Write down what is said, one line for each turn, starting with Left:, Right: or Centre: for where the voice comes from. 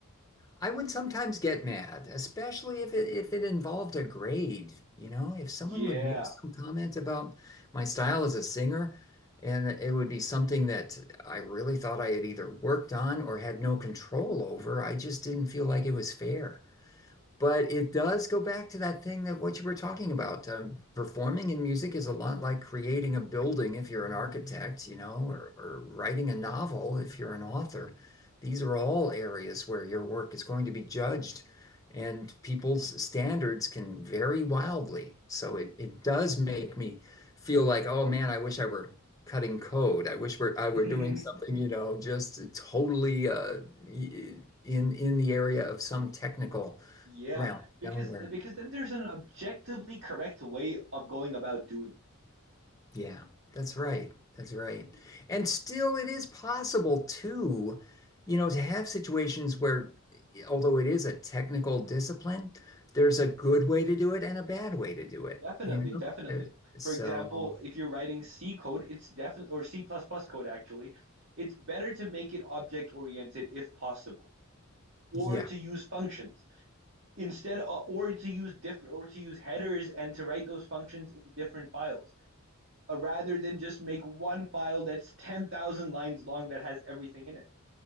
Left: I would sometimes get mad, especially if it if it involved a grade, you know, if someone
Right: Yeah.
Left: would make some comment about my style as a singer, and it would be something that I really thought I had either worked on or had no control over. I just didn't feel like it was fair. But it does go back to that thing that what you were talking about. Um, performing in music is a lot like creating a building if you're an architect, you know, or, or writing a novel if you're an author. These are all areas where your work is going to be judged, and people's standards can vary wildly. So it, it does make me feel like, oh man, I wish I were cutting code. I wish we're, I
Right: <laughs>
Left: were doing something, you know, just totally uh, in in the area of some technical
Right: Yeah,
Left: realm
Right: because
Left: nowhere.
Right: eh, because then there's an objectively correct way of going about doing it.
Left: Yeah, that's right. That's right. And still, it is possible too, you know, to have situations where, although it is a technical discipline, there's a good way to do it and a bad way to do it,
Right: Definitely,
Left: you know?
Right: definitely.
Left: Uh, So,
Right: For example, if you're writing C code, it's definitely or C++ plus plus code actually, it's better to make it object oriented if possible, or
Left: yeah.
Right: to use functions instead of, or to use different or to use headers and to write those functions in different files, uh, rather than just make one file that's 10,000 lines long that has everything in it.